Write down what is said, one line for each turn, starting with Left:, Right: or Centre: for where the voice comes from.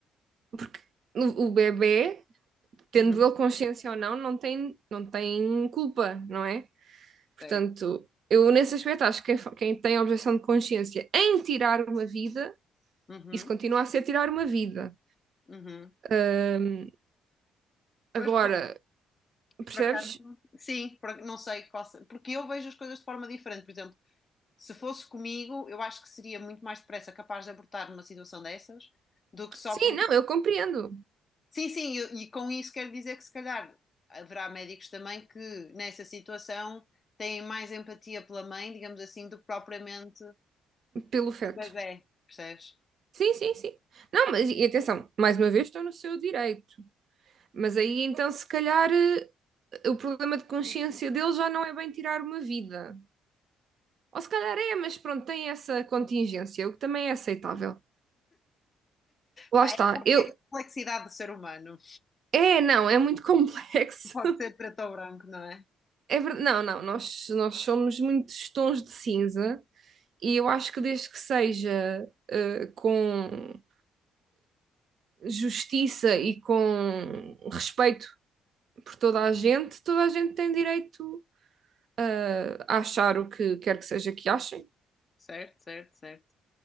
Right: porque o o bebé tendo
Left: uhum,
Right: ele consciência ou não, não tem, não tem culpa, não é? Portanto,
Left: certo,
Right: eu nesse aspecto acho que quem, quem tem objeção de consciência em tirar uma vida,
Left: uhum,
Right: isso continua a ser tirar uma vida.
Left: uhum.
Right: Hum, agora,
Left: Pois por,
Right: percebes?
Left: por acaso, sim, por- não sei qual, se- porque eu vejo as coisas de forma diferente, por exemplo. Se fosse comigo, eu acho que seria muito mais depressa capaz de abortar numa situação dessas do que só
Right: Sim,
Left: por.
Right: não, eu compreendo
Left: Sim, sim, eu- e com isso quero dizer que se calhar haverá médicos também que nessa situação têm mais empatia pela mãe, digamos assim, do que propriamente o
Right: pelo feto.
Left: bebé, percebes?
Right: Sim, sim, sim. Não, mas e atenção, mais uma vez estou no seu direito. Mas aí então, se calhar, eh, o problema de consciência dele já não é bem tirar uma vida. Ou se calhar é, mas pronto, tem essa contingência, o que também é aceitável. Lá
Left: Pá,
Right: está.
Left: é
Right: Eu...
Left: a complexidade do ser humano.
Right: É, não, é muito complexo.
Left: Pode
Right: <laughs>
Left: ser preto ou branco, não é?
Right: É verdade. Não, não, nós, nós somos muitos tons de cinza e eu acho que desde que seja eh, com justiça e com respeito por toda a gente, toda a gente tem direito eh, a achar o que quer que seja que achem.
Left: Certo, certo, certo.